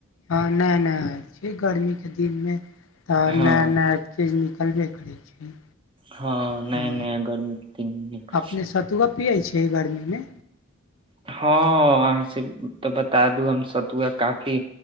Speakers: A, on the left (about 75°); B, on the right (about 25°).
A: हँ नहि नहि छै गर्मीके दिनमे तऽ
B: हँ
A: नया नया छै चीज निकलबे करै छै
B: हँ नै
A: हँ
B: नया गर्मी क
A: अपने सतुआ पियै छिय गरमीमे
B: हँ अहाँ से तऽ बता दू हम सतुआ काफी